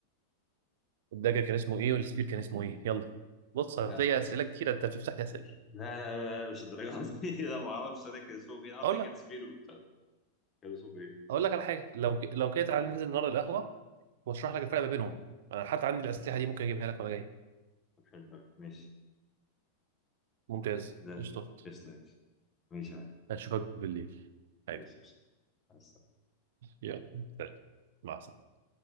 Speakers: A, on the right; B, on the left.
A: الدagger كان اسمه ايه والسبير كان اسمه ايه يلا بص هتلاقي
B: لا لا
A: اسئله كتير انت بتفتح لي اسئله
B: لا لا, لا, لا مش الدرجة دي <laughs> أنا ما أعرفش أنا كان اسمه إيه أنا عارف
A: اقول
B: إن كان
A: لك
B: سبير وبتاع. كان اسمه إيه
A: اقول لك على حاجه لو ك... لو كده تعالى ننزل النهارده القهوه واشرح لك الفرق ما بينهم انا حتى عندي الاسلحه دي ممكن اجيبها لك وانا جاي
B: طب حلو أوي. ماشي
A: ممتاز
B: ده
A: قشطه
B: قشطة ماشي ماشي يا حبيبي
A: اشوفك بالليل حبيبي.
B: ماشي قشطة مع السلامة.
A: يلا سلام. مع السلامة